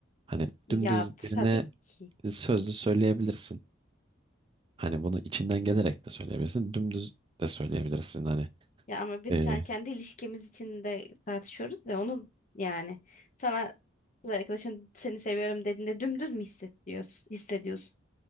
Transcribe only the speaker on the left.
Ya
tabii
ki.
Ya ama biz
şu an kendi ilişkimiz içinde tartışıyoruz ve onun yani sana kız arkadaşın seni seviyorum dediğinde dümdüz mü hissediyorsun? Hissediyorsun.